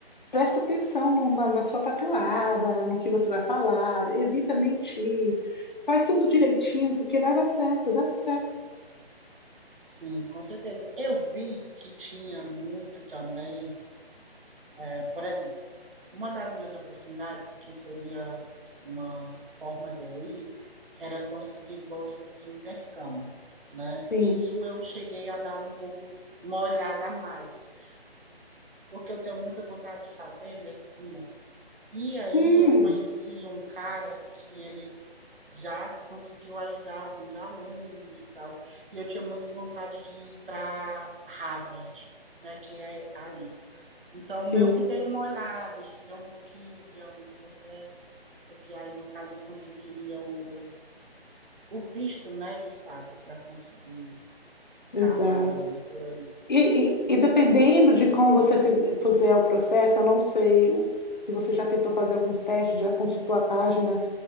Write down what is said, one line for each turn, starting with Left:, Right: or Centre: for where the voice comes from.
Left: presta atenção no- na, na sua papelada, no que você vai falar, evita mentir, faz tudo direitinho, porque vai dar certo, dá certo.
Right: sim, com certeza. Eu vi que tinha muito também, é, por exemplo, uma das minhas oportunidades, que seria uma forma de eu ir, era conseguir bolsas de intercâmbio, né?
Left: Sim.
Right: Isso eu cheguei a dar um pouco uma olhada a mais. porque eu tenho muita vontade de fazer medicina. E aí
Left: Hum,
Right: eu conheci um cara que ele já conseguiu ajudar alguns alunos e tal. E eu tinha muita vontade de ir para Harvard, né, que é aí. Então,
Left: sim,
Right: meio que dei uma olhada, estudei um pouquinho, vi alguns processos, porque aí, no caso, eu conseguiria o, o visto, né, de fato, para conseguir ficar
Left: exato.
Right: morando por aí
Left: E, e- e dependendo de como você fiz- fizer o processo, eu não sei o- se você já tentou fazer alguns testes, já consultou a página,